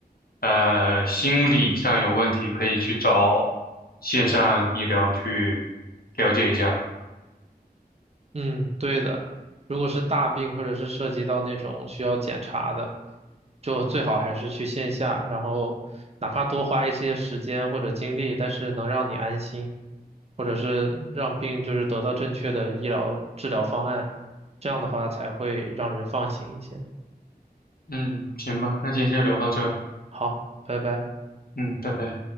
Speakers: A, on the left; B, on the right.
A: 呃心理上有问题，可以去找线上医疗去了解一下。
B: 嗯，对的。如果是大病或者是涉及到那种需要检查的，就最好还是去线下，然后哪怕多花一些时间或者精力，但是能让你安心，或者是让病就是得到正确的医疗治疗方案，这样的话才会让人放心一些。
A: 嗯，行吧，那今天就聊到这儿
B: 好，拜拜。
A: 嗯，拜拜。